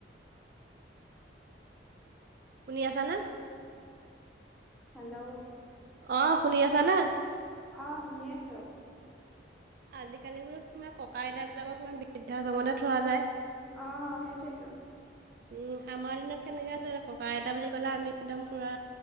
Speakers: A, on the right; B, in the centre.
A: শুনি আছা নে?
B: হেল্ল'।
A: অঁ', - শুনি আছা নে?
B: অঁ', - শুনি আছোঁ।
A: আজিকালি বোলো তোমাৰ ককা-আইতা বিলাকক তোমাৰ বৃদ্ধাশ্ৰমতহে থোৱা যায়।
B: অঁহ', সেইটোৱেইেতো।
A: উম, আমাৰ দিনত কেনেকে আছিল ককা-আইতা বুলি ক'লে আমি একদম পূৰা